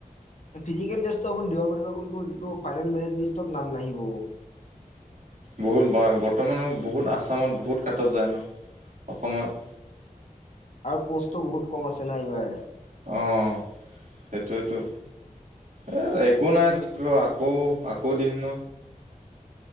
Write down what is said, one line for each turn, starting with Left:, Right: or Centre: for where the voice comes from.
Left: ফিজিকেল টেষ্টটো আপুনি দিব পাৰিব কিন্তু যিটো ফাইনেল মেৰিট লিষ্টত নাম নাহিব।
Right: বহুত বৰ্তমানৰ বহুত আছামত বহুত কাটপ যায় ন অসমত
Left: আৰু প'ষ্টো বহুত কম আছে না এইবাৰ
Right: অ', সেইটয়েইতো এ একো নাই তথাপিও আকৌ আকৌ দিম ন